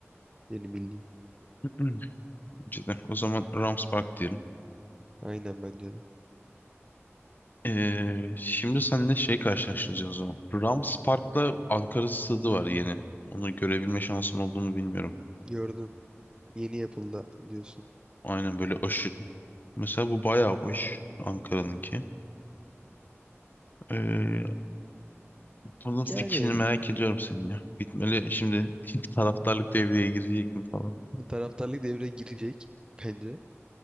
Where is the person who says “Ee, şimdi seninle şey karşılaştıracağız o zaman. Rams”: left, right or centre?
Left